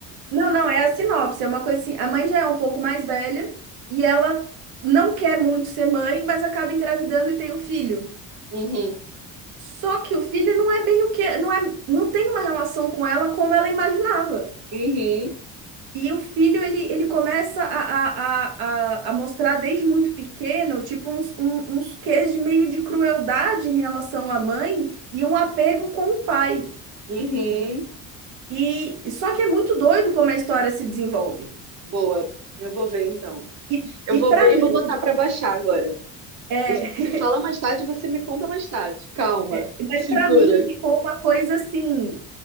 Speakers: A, on the right; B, on the right.
A: Não, não, é a sinopse, é uma coisa assim, a mãe já é um pouco mais velha e ela não quer muito ser mãe, mas acaba engravidando e tem o filho.
B: Uhum.
A: Só que o filho não é bem o que, não é, não tem uma relação com ela como ela imaginava.
B: Uhum.
A: E o filho, ele, ele começa a, a, a, a a mostrar desde muito pequeno, tipo, uns, um- uns quês de meio de crueldade em relação à mãe e um apego com o pai.
B: Uhum.
A: E só que é muito doido como a história se desenvolve.
B: Boa. Eu vou ver então.
A: E,
B: Eu
A: e
B: vou
A: para
B: ver e
A: mim,
B: vou botar para baixar agora.
A: é,
B: A gente se fala mais tarde, você me conta mais tarde. Calma,
A: <laughs> mas
B: segura.
A: para mim ficou uma coisa assim,